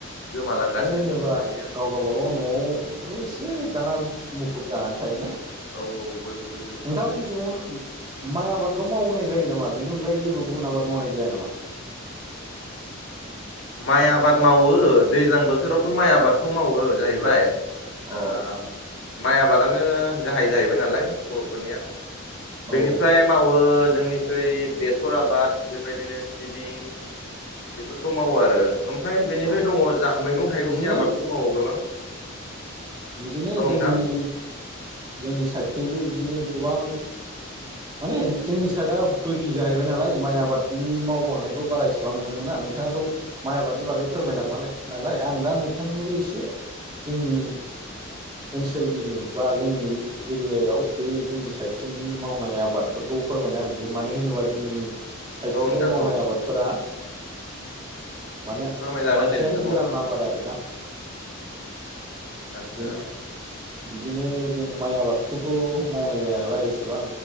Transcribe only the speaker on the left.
गोमालांगासिनो
बेफोरबायदिया
औ औ बयबो बेबायदिनो
माइ आबाद मावो दैज्लां बोथोरावथ' माइ आबादखौ मावो जाहैबाय।
ओ माइ आबादानो गाहाय जाहैबाय नालाय बर'फोरनिया। बेनिफ्राय
मावो जोंनिख्रुइ बेसर आबाद बेबायदिनो सिबिं बेफोर मावो आरो ओमफ्राय बेनिफ्राय
दङ जा मैगं थाइगंनि
आबादफोर मावो गोबां
औ
नोंथां
<inaudible>
औ नोंथां
औ
फोरमायजागोन
दे नोंथां
औ फोरमाय
आदसा